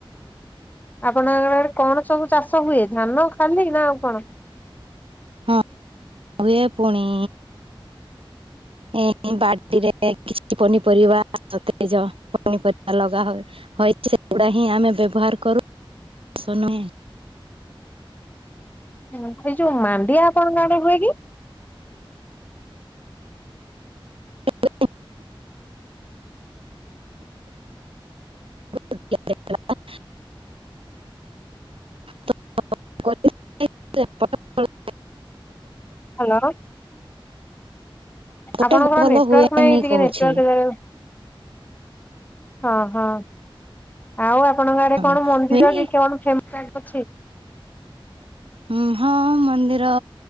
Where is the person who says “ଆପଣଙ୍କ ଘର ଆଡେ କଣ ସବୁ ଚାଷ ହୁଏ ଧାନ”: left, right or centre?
Left